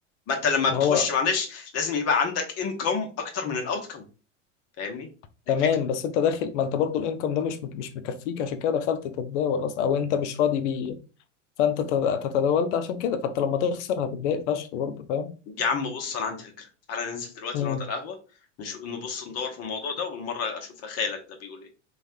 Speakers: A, on the left (about 40°); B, on the left (about 70°).
A: ما انت لما
B: ما
A: بتخش
B: هو
A: معلش لازم يبقى عندك انكم اكتر من الاوتكم فاهمني
B: تمام
A: دي
B: بس انت داخل ما انت برضو الانكم ده مش مك- مش مكفيك عشان كده دخلت تتداول اصلا او انت مش راضي بيه فانت تت- تتداولت عشان كده فانت لما تخسر هتتضايق فشخ برضه فاهم
A: يا عم بص انا عندي فكره تعالى ننزل دلوقتي
B: امم
A: نقعد على القهوه نشوف نبص ندور في الموضوع ده وبالمره اشوف خالك ده بيقول ايه